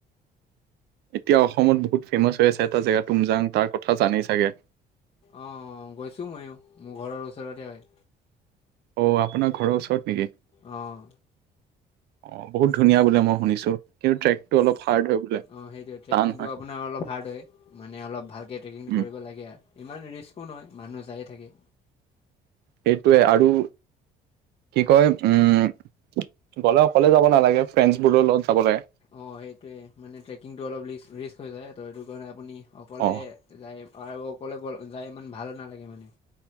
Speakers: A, on the right; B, on the left.
A: এতিয়া অসমত বহুত ফেমাচ হৈ আছে এটা জেগা তুমজাং তাৰ কথা জানেই চাগে?
B: অ গৈছো ময়ো মোৰ ঘৰৰ ওচৰতে হয়।
A: অ আপোনাৰ ঘৰৰ ওচৰত নেকি?
B: আহ।
A: অ বহুত ধুনীয়া বোলে মই শুনিছো, কিন্তু ট্ৰেকটো অলপ হাৰ্ড হয়। বোলে
B: অ সেইটোৱে, ট্ৰেকিংটো
A: টান হয়
B: আপোনাৰ অলপ হাৰ্ড হয় মানে অলপ ভালকে ট্ৰেকিংটো
A: উম
B: কৰিব লাগে। ইমান ৰিস্কো নহয় মানুহ যায়ে থাকে।
A: সেইটোৱে। আৰু কি কয় উম, গ'লে অকলে যাব নালাগে ফ্ৰেণ্ডছ বোৰৰ লগত যাব লাগে।
B: অ সেইটোৱে, মানে ট্ৰেকিংটো অলপ ৰিস্ক হৈ যায় ত' সেইটো কাৰণে আপুনি অকলে
A: অ
B: যায় আৰু অকলে যায় ইমান ভালো নালাগে মানে।